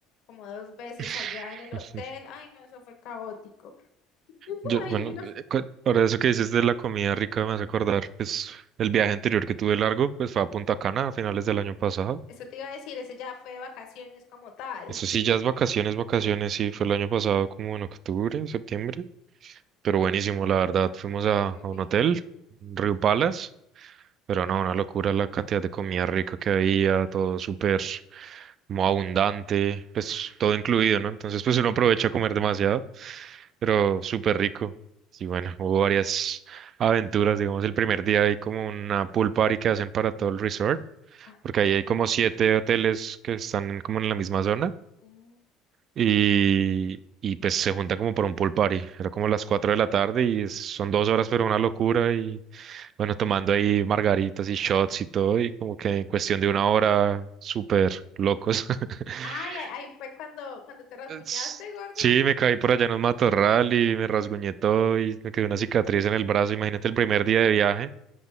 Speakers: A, on the left; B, on the right.
A: como dos veces
B: <laughs>
A: allá en el hotel. Ay, no, eso fue caótico. <laughs>
B: Yo,
A: Ay,
B: bueno,
A: no.
B: eh, cu- ahora eso que dices de la comida rica me hace acordar, pues el viaje anterior que tuve largo, pues fue a Punta Cana a finales del año pasado.
A: Eso te iba a decir, ese ya fue de vacaciones como tal.
B: Eso sí, ya es vacaciones, vacaciones, sí, fue el año pasado como en octubre, septiembre, pero buenísimo, la verdad. Fuimos a,
A: Qué
B: a un
A: rico.
B: hotel, Río Palace. Pero no, una locura la cantidad de comida rica que había, todo súper como abundante, pues todo incluido, ¿no? Entonces, pues uno aprovecha a comer demasiado, pero súper rico. Y bueno, hubo varias aventuras, digamos, el primer día hay como una pool party que hacen para todo el resort
A: Ah,
B: porque
A: qué-
B: ahí hay como siete hoteles que están en- como en la misma zona
A: uh.
B: y, y pues se juntan como por un pool party. Era como las cuatro de la tarde y es- son dos horas, pero una locura y bueno, tomando ahí margaritas y shots y todo y como que en cuestión de una hora, súper locos. <laughs>
A: Ay, ay, ay, fue cuando, cuando te rasguñaste,
B: Es-
A: gordo,
B: Sí, me caí por allá en un matorral y me rasguñé todo y me quedó una cicatriz en el brazo. Imagínate el primer día de viaje.